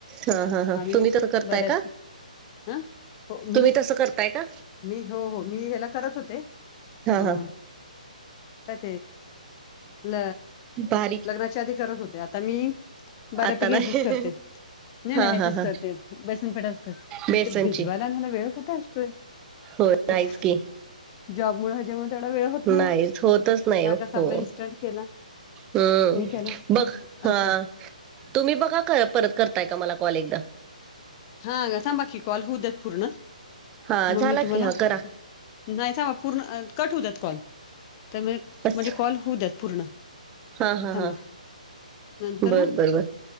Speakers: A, on the right (about 15°); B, on the left (about 25°).
A: हा हा हा
B: आम्ही
A: तुम्ही तसं करताय
B: बऱ्या.
A: का
B: ह हो मी
A: तुम्ही तसं करताय का
B: मी हो हो मी ह्याला करत होतो. ते
A: हा
B: हम
A: हा
B: क ल
A: भारी
B: लग्नाच्या आधी करत होते आता मी बऱ्यापैकी
A: आता नाही
B: ह्याचीच करते नाही
A: हा
B: नाही ह्याचीच
A: हा हा
B: करते बेसन पिठा ते
A: बेसनची
B: भिजवायला आणि झाला वेळ कुठे असतोय.
A: हो नाहीच
B: एक
A: की
B: जॉब मुळ ह्याच्यामुळे तेवढा वेळ होत
A: नाहीच
B: नाही ओ.
A: होतच नाही
B: हा कसा
A: हो.
B: आपला इन्स्टंट केला
A: हम्
B: हे केला
A: बघ हा.
B: असं
A: तुम्ही बघा कर परत करताय का मला कॉल एकदा
B: हा सां बाकी कॉल होऊ द्या पूर्ण
A: हा
B: मग
A: झाला
B: मी तुम्हाला
A: की हा
B: नाही
A: करा
B: स पूर्ण कट होतात कॉल तर म्हणजे
A: बस
B: कॉल होऊ देत पूर्ण
A: हा हा
B: थांबा
A: हा.
B: नंतर
A: बर
B: मग
A: बर बर